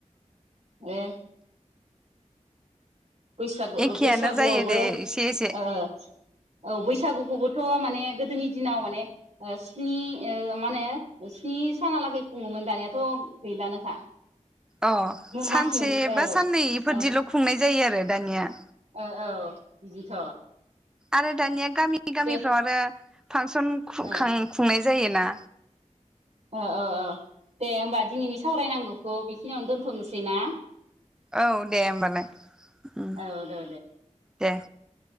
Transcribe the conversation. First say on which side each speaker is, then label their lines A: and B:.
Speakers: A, on the right; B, in the centre.
A: ए बैसागु
B: एखेयानो
A: ओ बैसागुआवबो
B: जायो दे एसे एसे
A: ओ औ बैसागुखौबोथ माने गोदोनि दिनाव माने ओ स्नि ओ मा होनो स्नि सानालागै खुङोमोन दानियाथ गैलानोखा
B: अ सानसे
A: मास मोनसे औ
B: बा साननैफोरदिल
A: ओ
B: खुंनाय जायो <unintelligible> दानिया
A: ओ औ बिदिथ'
B: आरो दानिया गामि गामिफ्राव
A: दे
B: आरो फांसन खुखां
A: ओ
B: खुंनाय जायोना
A: अ ओ ओ दे होमबा दिनैनि सावरायनांगौ खौ बे खिनियावनो दोनथ'नोसै ना
B: औ दे होमबालाय उम
A: औ दे
B: दे